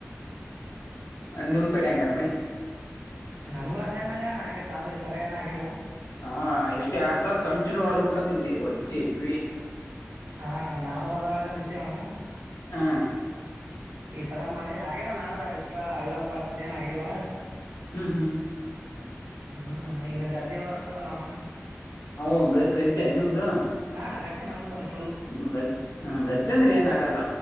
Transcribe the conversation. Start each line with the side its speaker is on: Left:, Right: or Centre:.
Left: ನಿಮ್ ಕಡೆ ಹಂಗದೆ ಮಳಿ.
Right: ನಮ್ಗೂ ಅದೇ ಮಳೆ ಅಣ್ಣ ಆಗಿದ್ದ ಆದ್ರೆ ಈ ಸರಿ ಏನ ಆಗಿಲ್ಲ.
Left: ಹಾ ಎಷ್ಟ್ ಎರಡ್ ತಾಸ ಕಂಟಿನ್ಯೂ ಹೊಡ್ದ್ ಕುಟ್ಟದ ಇಲ್ಲಿ ಒಜ್ಜ ಇವಿ
Right: ಹಣ್ಣ ನಾವು ಅಲೆಲ್ಲ ಬಿತ್ತವಣ್ಣ
Left: ಹ್ಮ
Right: ಈ ತರ ಮಳೆ ಹಾಗಗ್ಯಾರ ನಾಡ್ರ ಈ ತರ ಹಳ್ಳಪ್ಪಣದ ಏನ್ ಆಗೆಲ್ಲ
Left: ಹ್ಮ್ ಹ್ಮ್
Right: ಹ್ಮ್ ಇನ್ಕ್ಕೆ ಅ್ಯ ವಸ್ತರಲ್ಲಣ್ಣ
Left: ಹ ಗ ಗದ್ದ್ಯಾ ನಿಮ್ದು
Right: ಹಾ ಅಣ್ಣ ಗಧೀ ನಮ್ದನೆ
Left: ನಿಮ್ ಗದ್ದ್ ಹ ಗದ್ದೆ ಅಂದ್ರೆ ಏನ ಆಗಲ್ಲ